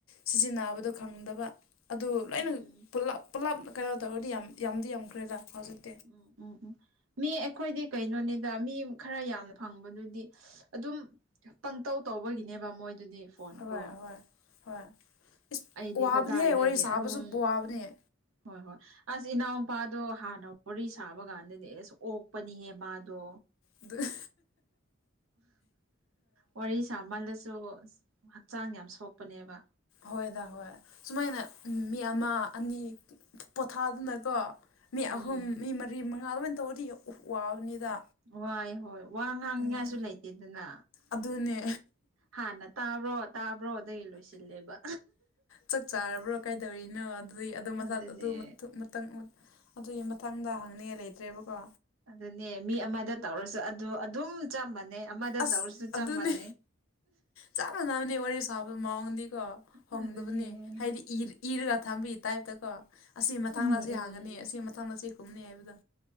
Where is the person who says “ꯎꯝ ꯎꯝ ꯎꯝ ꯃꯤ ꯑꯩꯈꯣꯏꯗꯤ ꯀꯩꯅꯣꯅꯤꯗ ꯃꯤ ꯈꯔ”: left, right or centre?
Right